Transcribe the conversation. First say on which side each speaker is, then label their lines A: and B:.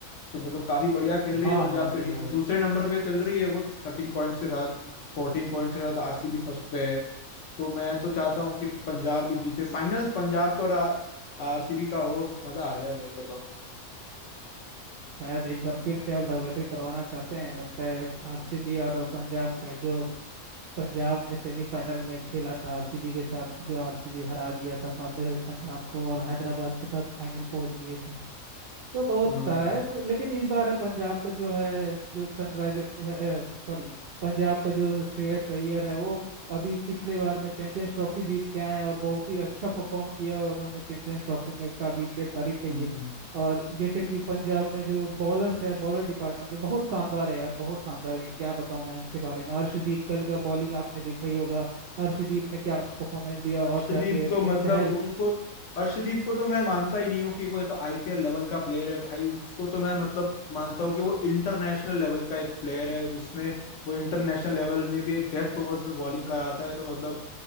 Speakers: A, on the left; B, on the right.
A: तो मतलब काफी बढ़िया खेल रही
B: हाँ
A: है पंजाब
B: हाँ
A: की
B: देखा
A: टीम दूसरे
B: था
A: नंबर पे चल रही है वो थर्टीन पॉइंट्स के साथ फोर्टीन पॉइंट्स के साथ आरसीबी फर्स्ट पे है तो मैं तो चाहता हूँ कि पंजाब भी जीते फाइनल पंजाब का और आरसीबी का हो मजा आ जाए मेरे को तो
B: शायद एक बार फिर से अब राइवलरी करवाना चाहते हैं लगता है आरसीबी और पंजाब का जो पंजाब ने सेमीफाइनल में खेला था आरसीबी के साथ जो आरसीबी हरा दिया था पंज- पंजाब को और हैदराबाद के साथ फाइनल पहुंच गए थे तो बहुत
A: हाँ
B: सारा है तो लेकिन इस बार है पंजाब का जो है जो सनराइजर्स सॉरी पंजाब का जो श्रेयस अय्यर है वो अभी पिछले बार में चैंपियंस ट्रॉफी जीत के आए हैं और बहुत ही अच्छा परफॉर्म किया उन्होंने चैंपियंस ट्रॉफी में ए तारीफ है
A: हम्म
B: ये और जैसे कि पंजाब में जो बॉलर्स है बॉलर डिपार्टमेंट बहुत शानदार है यार बहुत शानदार है क्या बताऊं मैं उसके बारे में अर्शदीप कल का बॉलिंग आपने देखा ही होगा अर्शदीप ने क्या परफॉर्मेंस दिया
A: अर्शदीप
B: और जाके
A: तो मतलब
B: चहल
A: उनको अर्शदीप को तो मैं मानता ही नहीं हूँ कि वो एक आईपीएल लेवल का प्लेयर है भाई उसको तो मैं मतलब मानता हूँ कि वो इंटरनेशनल लेवल का एक प्लेयर है जिसमें वो इंटरनेशनल लेवल में भी एक डेथ ओवर्स में बॉलिंग कराता है तो मतलब